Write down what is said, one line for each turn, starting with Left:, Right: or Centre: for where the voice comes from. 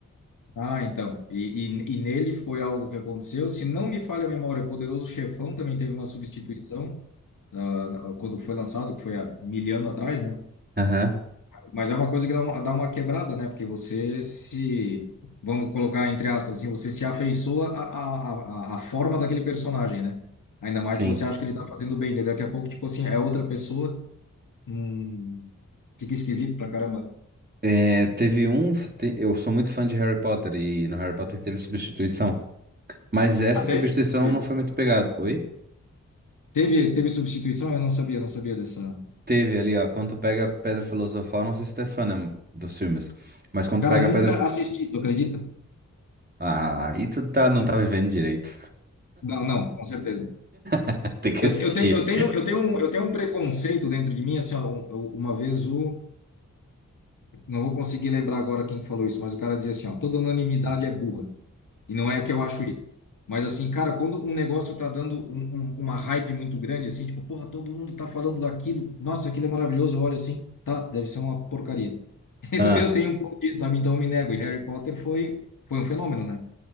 Left: Ah, então. E, e, e nele foi algo que aconteceu. Se não me falha a memória, o Poderoso Chefão também teve uma substituição, ah, na- quando foi lançado, que foi há mil anos atrás, né?
Right: Aham,
Left: Mas é uma coisa que dá uma, dá uma quebrada, né? Porque você se, vamos colocar entre aspas assim, você se afeiçoa à, à, à à forma daquele personagem, né? Ainda mais
Right: sim.
Left: se você acha que ele tá fazendo bem, daí daqui a pouco, tipo assim, é outra pessoa, hum, fica esquisito pra caramba.
Right: É, teve um. te- Eu sou muito fã de Harry Potter e no Harry Potter teve substituição. Mas essa
Left: Ah, teve?
Right: substituição
Left: Não sabia.
Right: não foi muito pegada. Oi?
Left: Teve, teve substituição? Eu não sabia, não sabia dessa.
Right: Teve ali, ó. Quando tu pega a Pedra Filosofal, não sei se tu é fã, né, dos filmes. Mas quando
Left: Cara,
Right: tu pega
Left: nunca
Right: a Pedra. Fi-
Left: assisti, tu acredita?
Right: Ah, aí tu tá, não
Left: Nunca-
Right: tá vivendo direito.
Left: Não, não, com certeza.
Right: <laughs> Tem que
Left: Eu,
Right: assistir.
Left: eu tenho, eu tenho, eu tenho um, eu tenho um preconceito dentro de mim, assim, ó, um- eu- uma vez o Não vou conseguir lembrar agora quem que falou isso, mas o cara dizia assim, ó, toda unanimidade é burra. E não é que eu acho isso. Mas assim, cara, quando um negócio tá dando um- um- uma hype muito grande, assim, tipo, porra, todo mundo tá falando daquilo, nossa, aquilo é maravilhoso, olha assim, tá, deve ser uma porcaria. <laughs>
Right: Ah,
Left: Eu, eu tenho um pouco disso, sabe? Então eu me nego. E Harry Potter foi, foi um fenômeno, né?